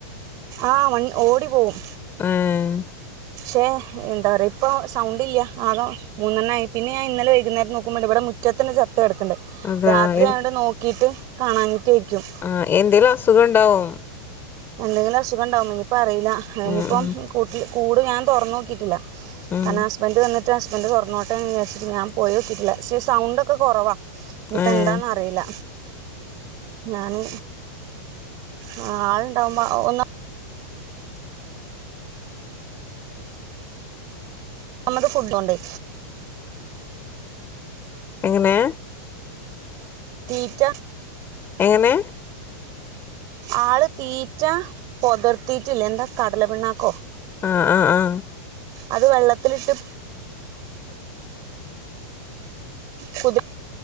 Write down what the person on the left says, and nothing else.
ഏഹ്
അതാ
എ
ആഹ് എന്തേലും അസുഖണ്ടാവും
ഉം ഉം
ഉം
ഏഹ്
എങ്ങനെ
എങ്ങനെ
ആ ആ ആ